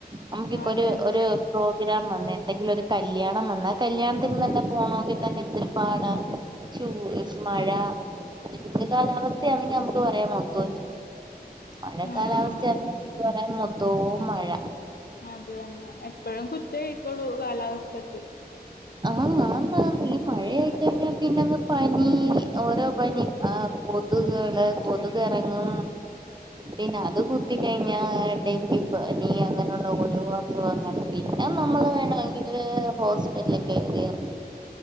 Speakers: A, on the right; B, on the left.
A: നമുക്കിപ്പൊരു,
B: അതന്നെ
A: ഒരു പ്രോഗ്രാം വന്ന് എന്തെങ്കിലും ഒര് കല്യാണം വന്ന് ആ കല്യാണത്തിനൊന്ന് പോണോങ്കിൽ തന്നെ എന്തൊരുപാടാ ചൂ മഴ ചൂട് കാലാവസ്ഥയാണെങ്കി നമക്ക് പറയാ മൊത്തം മഴ കാലാവസ്ഥയാണെങ്കിൽ
B: ആഹ്
A: നമക്ക് പറയാം മൊത്തവും മഴ
B: അത് തന്നെ എപ്പഴും കുറ്റായ്ര്ക്കൊള്ളൂ കാലാവസ്ഥക്ക്
A: ആഹ്, ആ ന്ന് ഈ മഴയാ യിക്കഴിഞ്ഞാൽ പിന്നങ്ങ് പനി ഓരോ പനി ആഹ് പോ കൊത്കള്, കൊതുകെറങ്ങും പിന്നെ അത് കുത്തി കഴിഞ്ഞാ ഡെങ്കി പനി അങ്ങനെ ഉള്ള ഓരോ അസുഖങ്ങള് പിന്നെ നമ്മള് വേണെമെങ്കില് ഹോസ്പിറ്റലി കേറി എറങ്ങ